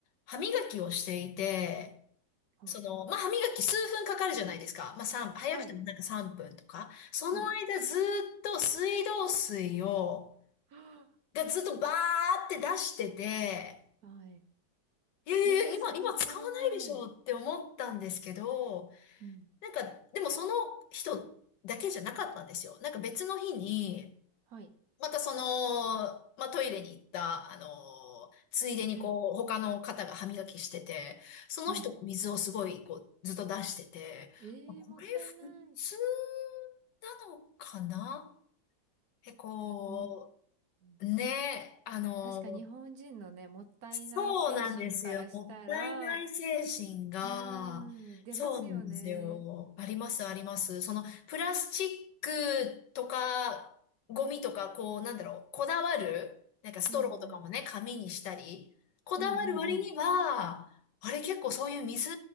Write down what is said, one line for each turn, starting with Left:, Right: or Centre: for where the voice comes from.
Left: 歯磨きをしていて、
Right: ほう
Left: その、まあ、歯磨き数分かかるじゃないですか。まあ、3、早くてもなんか3分とか。
Right: はい。
Left: その間ずっと水道水を、
Right: はい。は
Left: がずっとバーって出してて、
Right: あはい。
Left: いやいやいや、
Right: ええー、
Left: 今、
Right: 信じられない。
Left: 今使わないでしょって思ったんですけど、
Right: うん。
Left: なんか、でもその人だけじゃなかったんですよ。なんか別の日に、
Right: はい。
Left: またその、まあ、トイレに行った、あの、ついでにこう、
Right: うん。
Left: 他の方が歯磨きしてて、その人も水をすごい、
Right: うん。
Left: こう、ずっと出してて、
Right: ええー、
Left: まあこれ普通
Right: もったいない。
Left: なのかなえ、こ
Right: うん。うん
Left: う、ね、あの、
Right: 確か日本人のね、もったいない精神からしたら、
Left: そうなんですよ。もったいない精神が、
Right: うーん、出ますよね。
Left: そうなんですよ。あります、あります。その、プラスチックとか、ゴミとか、こう、なんだろう、こだわる、なんかストローとかもね、
Right: うんうん。
Left: 紙にしたり、こだわる割には、
Right: うんうんうん。
Left: あれ結構そういう水